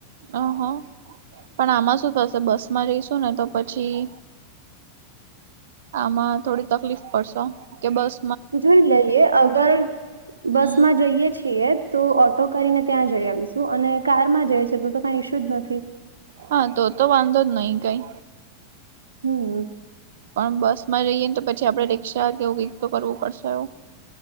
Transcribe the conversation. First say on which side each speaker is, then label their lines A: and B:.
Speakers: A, on the right; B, on the right.
A: ઓહ પણ આમાં શું થશે બસમાં જઈશું ને તો પછી આમાં થોડી તકલીફ પડશો કે બસ
B: જોઈ લઈએ અગર
A: હમ્મ
B: બસ માં જઈએ છીએ તો ઓટો કરીને ત્યાં જઈ આવીશું અને કારમાં જાય છે તો કઈ ઇશ્યુ જ નથી
A: હા તો તો વાંધો જ નહી કઈ
B: હમ
A: પણ બસ માં જઈએ ને તો પછી આપડે રિક્ષા કેવું કક તો કરવું પડશે એવું